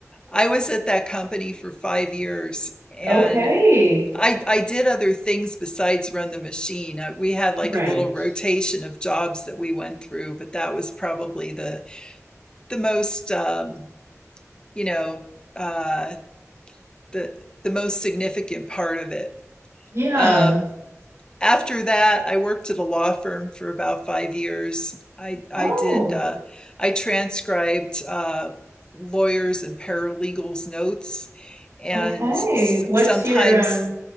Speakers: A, on the left; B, on the right.
A: I was at that company for five years and
B: Okay.
A: I, I did other things besides run the machine. Uh, We had like
B: Right.
A: a little rotation of jobs that we went through, but that was probably the the most um, you know uh, the the most significant part of it.
B: Yeah.
A: Um, after that, I worked at a law firm for about five years. I I
B: Oh.
A: did uh, I transcribed uh, lawyers and paralegals' notes, and
B: Okay.
A: s-
B: What's
A: sometimes
B: your uh